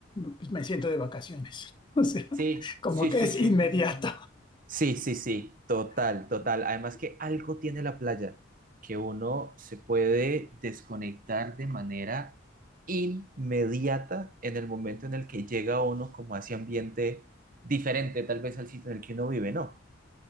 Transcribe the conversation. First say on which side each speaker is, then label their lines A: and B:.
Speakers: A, on the left; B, on the right.
A: pues me siento de vacaciones. <laughs> O sea,
B: Sí,
A: como
B: sí,
A: que
B: sí,
A: es
B: sí.
A: inmediato.
B: Sí, sí, sí, total,
A: <laughs>
B: total. Además que algo tiene la playa, que uno se puede desconectar de manera inmediata en el momento en el que llega uno como a ese ambiente diferente tal vez al sitio en el que uno vive, ¿no?